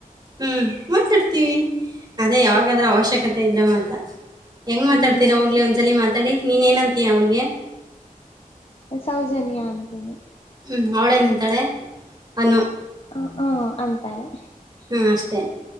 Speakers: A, on the right; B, on the left.
A: ಹ್ಮ್ ಮಾತಾಡ್ತೀವಿ ಅದೇ ಯಾವಾಗಾದ್ರ ಅವಶ್ಯಕತೆ ಇದ್ರ ಮಾತ್ರ ಹೆಂಗ ಮಾತಾಡ್ತೀರ
B: ಹ್ಮ್
A: ಹೋಗ್ಲಿ ಒಂದ್ಸಲ ಮಾತಾಡಿ ನೀನ್ೇನಂತೀಯ ಅವಳಿಗೆ
B: ಸೌಜನ್ಯ ಅಂತೇನಿ
A: ಹ್ಞೂ ಅವಳೇನಂತಾಳೆ ಅನು
B: ಹ ಹ್ಮ ಅಂತಾಳೆ
A: ಹ್ಮ ಅಷ್ಟೇ